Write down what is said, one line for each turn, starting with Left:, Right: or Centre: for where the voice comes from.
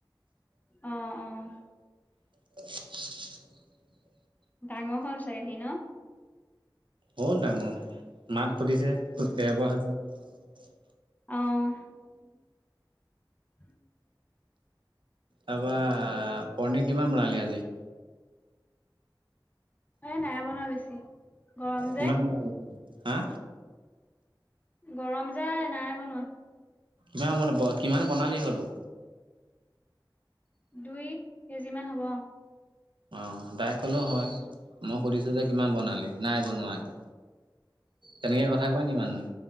Left: অ', অ'।
Right: <inaudible>
Left: ডাঙৰ হ'ল চাগে সি ন?
Right: হ'ল ডাঙৰ মাত ফুতিছে
Left: উম,
Right: খোজ কাহিব পৰা হৈছে।
Left: অ'।
Right: তাৰপৰা পনিৰ কিমান বনালি আজি?
Left: এ, নাই বনোৱা বেছি গৰম
Right: কিমান
Left: যে।
Right: বনালি হা?
Left: গৰম যে নাই বনোৱা।
Right: কিমান, কিমান বনালি হ'লোওঁ?
Left: দুই কেজিমান হ'ব।
Right: অ', ডাইৰেক্ট কলেওঁ হয় মই সুধিছো যে কিমান বনালি নাই বনোৱাটো। তেনেকে কথা কয় নি মানুহে।